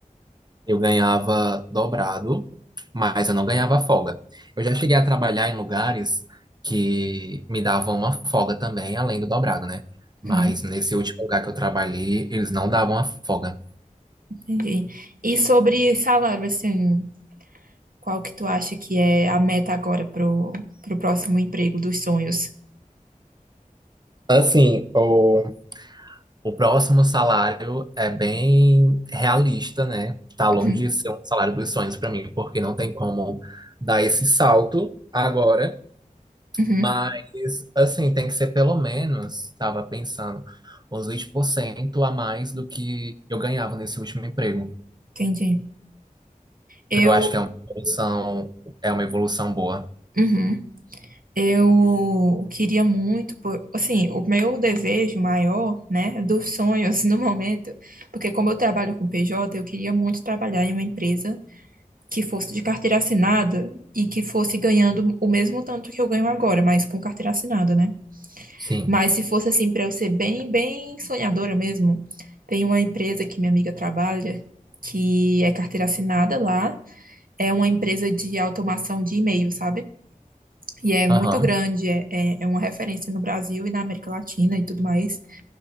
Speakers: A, on the right; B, on the right.
A: Eu ganhava dobrado, mas eu não ganhava folga. Eu já cheguei a trabalhar em lugares que me davam uma folga também, além do dobrado, né? Mas
B: Uhum,
A: nesse último lugar que eu trabalhei, eles não davam a folga.
B: entendi. E sobre salário, assim, qual que tu acha que é a meta agora pro, pro próximo emprego dos sonhos?
A: Assim, o... O próximo salário é bem realista, né? Tá longe
B: Uhum,
A: de ser um salário dos sonhos para mim, porque não tem como dar esse salto agora.
B: uhum,
A: Mas, assim, tem que ser pelo menos, estava pensando, uns 20% a mais do que eu ganhava nesse último emprego.
B: entendi. Eu,
A: que Eu acho que é uma evolução, é uma evolução boa.
B: uhum, eu queria muito, pô- assim, o meu desejo maior, né, dos sonhos <laughs> no momento, porque como eu trabalho com PJ, eu queria muito trabalhar em uma empresa que fosse de carteira assinada e que fosse ganhando o mesmo tanto que eu ganho agora, mas com carteira assinada, né?
A: Sim.
B: Mas se fosse assim, para eu ser bem, bem sonhadora mesmo, tem uma empresa que minha amiga trabalha, que é carteira assinada lá. é uma empresa de automação de e-mail, sabe? E é muito
A: Aham.
B: grande, é, é, é uma referência no Brasil e na América Latina e tudo mais.